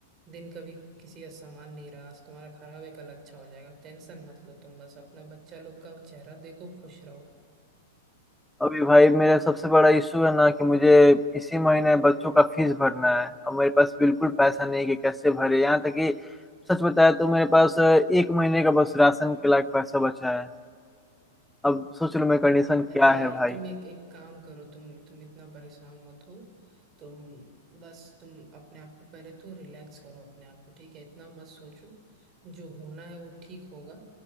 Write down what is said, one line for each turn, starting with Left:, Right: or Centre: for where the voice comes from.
Right: दिन कभी किसी का समान नहीं रहा आज तुम्हारा खराब है कल अच्छा हो जाएगा टेंशन मत लो तुम बस अपना बच्चा लोग का चेहरा देखो खुश रहो
Centre: अभी भाई मेरा सबसे बड़ा इशू है ना कि मुझे इसी महीने बच्चों का फीस भरना है अब मेरे पास बिल्कुल पैसा नहीं कि कैसे भरे यहाँ तक कि सच बताया तो मेरे पास अ, एक महीने का बस राशन के लायक पैसा बचा है अब सोच लो मेरी कंडीशन
Right: अरे
Centre: क्या
Right: यार
Centre: है भाई
Right: तुम एक एक काम करो तुम तुम इतना परेशान मत हो तुम बस तुम अपने आप को पहले तो रिलैक्स करो अपने आप को ठीक है इतना मत सोचो जो होना है वो ठीक होगा